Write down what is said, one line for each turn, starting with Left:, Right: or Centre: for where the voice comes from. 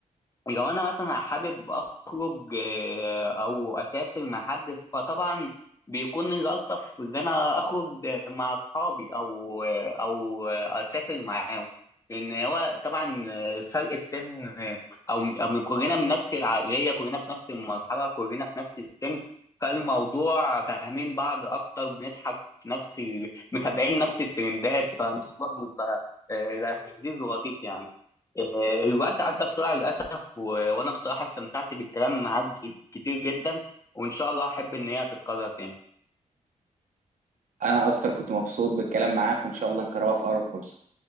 Left: لو انا مثلا حابب اخرج آه، او اسافر مع حد فطبعا بيكون الالطف ان انا اخرج آه، مع اصحابي او آه، او آه، اسافر معاهم لان هو طبعا آه، فرق السن آه، او أو من كلنا من نفس العقليه كلنا في نفس المرحله كلنا في نفس السن فالموضوع فاهمين بعض اكتر بنضحك في نفس ال- متابعين نفس الترندات فالموضوع بيبقى آه، لذيذ ولطيف يعني آه، الوقت عدى بسرعة للأسف و... وأنا بصراحة استمتعت بالكلام معاك ج- كتير جدا وإن شاء الله أحب إن هي تتكرر تاني
Right: انا اكتر كنت مبسوط بالكلام معاك وان شاء الله نكررها في اقرب فرصة